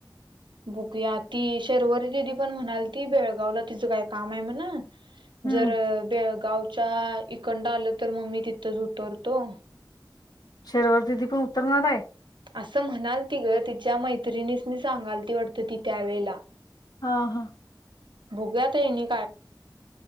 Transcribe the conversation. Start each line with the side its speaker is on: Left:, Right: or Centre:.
Right: बुघूया ती शर्वरी दिदी पण म्हणाल ती बेळगावला तिचं काय काम आहे म्हणून
Left: हम्म
Right: जरब गावच्या इकंड आलं तर मम्मी तिथंच उतरतो
Left: शर्वर दिदी पण उतरणार आहे
Right: असं म्हणाल ती ग तिच्या मैत्रिणीसनी सांगाल ती वाटत ती त्यावेेळेला
Left: हा हा
Right: हो गया ताईने